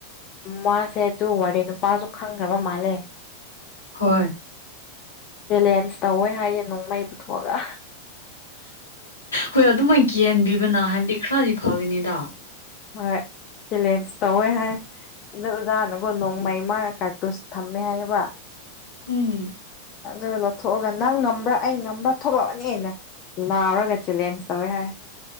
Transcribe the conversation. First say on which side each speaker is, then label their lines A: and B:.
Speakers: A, on the left; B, on the left.
A: ꯃꯥꯁꯦ ꯑꯗꯨ ꯋꯥꯦ ꯅꯨꯄꯥꯁꯨ ꯈꯪꯈ꯭ꯔꯕ ꯃꯥꯜꯂꯦ
B: ꯍꯣꯏ
A: ꯆꯦꯂꯦꯟꯖ ꯇꯧꯋꯦ ꯍꯥꯏꯌꯦ ꯅꯨꯡꯃꯩ ꯄꯨꯊꯣꯛꯑꯒ
B: ꯍꯣꯏ ꯑꯗꯨꯃ ꯀꯤꯍꯟꯕꯤꯕꯅ ꯍꯥꯏꯕꯗꯤ ꯈꯔꯗꯤ ꯐꯒꯅꯤꯗꯣ
A: ꯍꯣꯏ ꯆꯂꯦꯟꯖ ꯇꯧꯋꯦ ꯍꯥꯏ ꯑꯗ ꯑꯣꯖꯥꯅꯒꯣ ꯅꯣꯡꯃꯩꯃ ꯀꯥꯔꯇꯨꯁ ꯊꯝꯃꯦ ꯍꯥꯏꯌꯦꯕ
B: ꯎꯝ
A: ꯑꯗꯨ ꯂꯧꯊꯣꯛꯑꯒ ꯅꯪ ꯉꯝꯕ꯭ꯔꯥ ꯑꯩ ꯉꯝꯕ꯭ꯔꯥ ꯊꯣꯛꯂꯛꯑꯅꯤꯅ ꯂꯥꯎꯔꯒ ꯆꯦꯂꯦꯟꯖ ꯇꯧꯋꯦ ꯍꯥꯏ